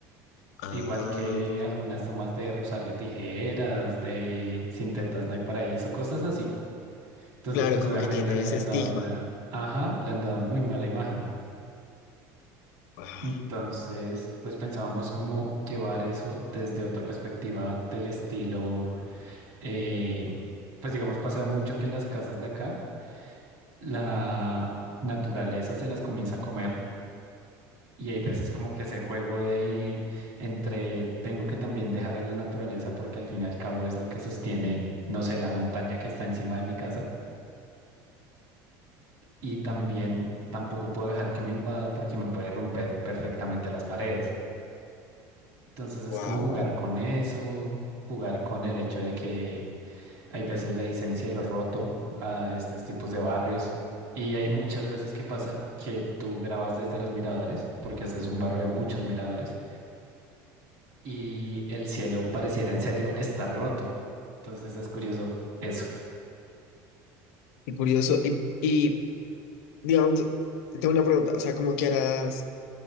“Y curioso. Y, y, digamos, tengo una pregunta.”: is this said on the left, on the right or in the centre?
Left